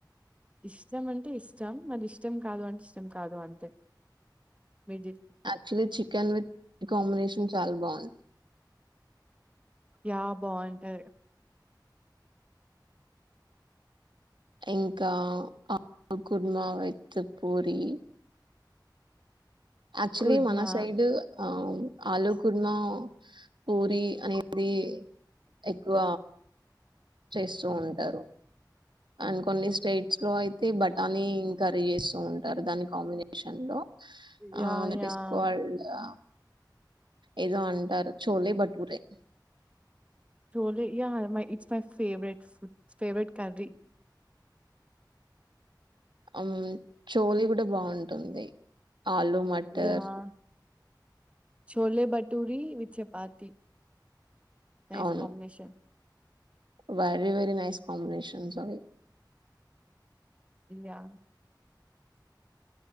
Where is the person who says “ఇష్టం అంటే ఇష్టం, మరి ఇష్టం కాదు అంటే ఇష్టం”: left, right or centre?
Right